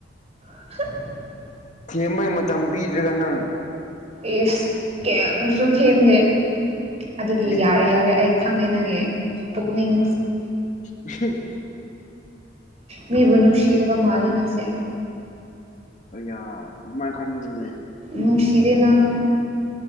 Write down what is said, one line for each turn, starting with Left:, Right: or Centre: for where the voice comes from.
Right: <inaudible>
Left: ꯊꯦꯝꯕꯩ ꯃꯇꯝ ꯄꯤꯗ꯭ꯔꯒ ꯅꯪ
Right: ꯑꯦꯁ ꯀꯦꯝꯁꯨ ꯊꯦꯝꯗꯦ ꯑꯗꯨꯒꯤ
Left: ꯑꯦ
Right: ꯌꯥꯔꯦ ꯌꯥꯔꯦ ꯑꯩ ꯈꯪꯉꯦ ꯅꯪꯉꯦ ꯄꯨꯛꯅꯤꯡ
Left: ꯎꯝ
Right: ꯃꯤꯕꯨ ꯅꯨꯡꯁꯤꯗꯔꯕ ꯃꯥꯜꯂꯦ ꯅꯪꯁꯦ
Left: ꯌꯥ ꯑꯗꯨꯃꯥꯏꯅ ꯈꯅꯦ
Right: ꯅꯨꯡꯁꯤꯗꯦ ꯅꯪ